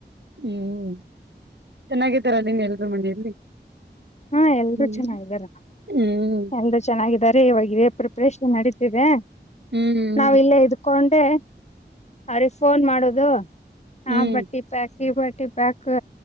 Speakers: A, on the right; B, on the left.
A: ಹ್ಮ್ ಚೆನ್ನಾಗತಾರ ನಿನ್ ಎಲ್ರುೂ ಮಂಡಲ್ಲಿ
B: ಹಾ ಎಲ್ರೂ
A: ಹ್ಮ್
B: ಚೆನ್ನಾಗಿದಾರ
A: ಹ್ಮ್
B: ಎಲ್ರೂ ಚೆನ್ನಾಗಿದ್ದಾರೆ ಇವಾಗಿದೆ ಪ್ರಿಪರೇಷನ್ ನಡೀತಿದೆ
A: ಹ್ಮ್ ಹ್ಮ್
B: ನಾವ ಇಲ್ಲೇ ಇದ್ಕೊಂಡೆ ಅವ್ರಿಗೆ ಫೋನ್ ಮಾಡುದು ಹಾ
A: ಹ್ಮ್
B: ಬಟ್ಟಿ ಪ ಈ ಬಟ್ಟಿ ಪ್ಯಾಕ